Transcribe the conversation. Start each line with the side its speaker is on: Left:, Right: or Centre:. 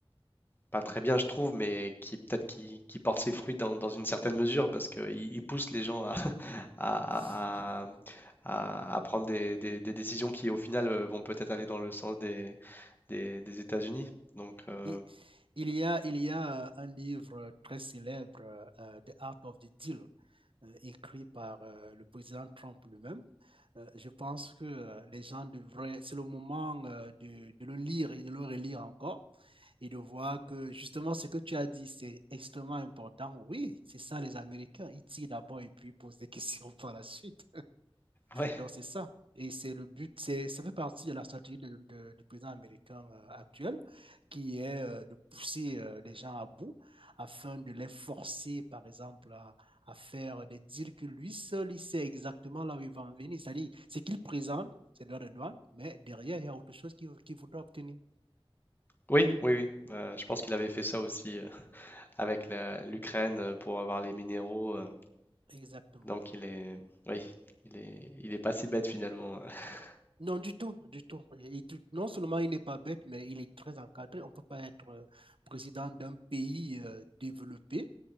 Left: pas très bien, je trouve, mais qui peut-être qui, qui porte ses fruits dans, dans une certaine mesure parce qu'il il pousse les gens à, <laughs> à,
Right: <laughs>
Left: à- à- à à prendre des, des- des décisions qui, au final, euh, vont peut-être aller dans le sens des, des, des États-Unis. Donc, euh,
Right: Et, il, y a, il y a euh, un livre très célèbre, euh, euh, The Art of the Deal, euh, écrit par euh, le président Trump lui-même, euh, je pense que euh, les gens devraient, c'est le moment euh, de, de le lire et de le relire encore et de voir que justement ce que tu as dit, c'est extrêmement important. Oui, c'est ça les Américains. Ils tirent d'abord et puis ils posent des <laughs> questions par la suite.
Left: ouais,
Right: Donc, c'est ça. Et c'est le but, c'est, ça fait partie de la stratégie de- de- du président américain euh, actuel, qui est euh, de pousser euh, les gens à bout afin de les forcer, par exemple, à, à faire des deals que lui seul, il sait exactement là où il va en venir. C'est-à-dire, ce qu'il présente, c'est droit de douane, mais derrière, il y a autre chose qu'il qu'il voudra obtenir.
Left: oui, oui, oui. Euh, je pense qu'il avait fait ça aussi euh, <laughs> avec la- l'Ukraine euh, pour avoir les minéraux. euh,
Right: Exactement.
Left: donc, il est, oui, il est, il est pas si bête finalement. <laughs>
Right: Non, du tout, du tout. Il- tout- non seulement il n'est pas bête, mais il est très encadré. On ne peut pas être euh, président d'un pays euh, développé